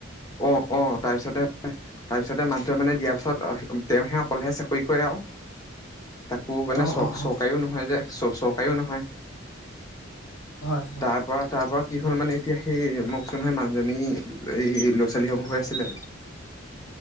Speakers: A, on the left (about 20°); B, on the left (about 70°).
A: অ অ তাৰপিছতে তাৰপিছতে মানুহে মানে দিয়া পিছত তেওঁহে অকলেহে চাকৰি কৰে আও তাকো মানে
B: অ
A: চক
B: অ অ
A: চৰকাৰীও নহয় যে চ চ চৰকাৰীও নহয়।
B: হয় হয়
A: তাৰ পৰা তাৰ পৰা। কি হ'ল মানে এতিয়া, সেই মোক চোন মানুহজনী এই। ছোৱালী হ'ব হৈ আছিলে।